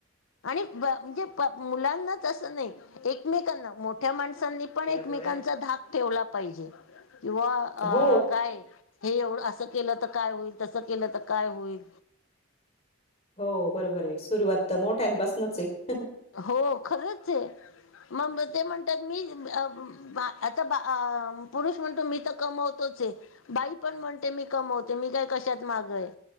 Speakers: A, on the left (about 75°); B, on the left (about 30°).
A: आणि ब म्हणजे मुलांना तसं नाही एकमेकांना मोठ्या माणसांनी
B: आहे.
A: पण एकमेकांचा धाक ठेवला पाहिजे किंवा अ
B: हो,
A: काय हे एवढं असं केलं तर काय होईल तसं केलं तर काय होईल
B: हो बरोबर आहे सुरुवात मोठ्यान पासनच आहे.
A: हो खरंच आहे मंग ते म्हणत्यात मी अ बा आता बा पुरुष म्हणतो मी तर कमवतोच आहे बाई पण म्हणते मी कमवते मी काय कशात माग आहे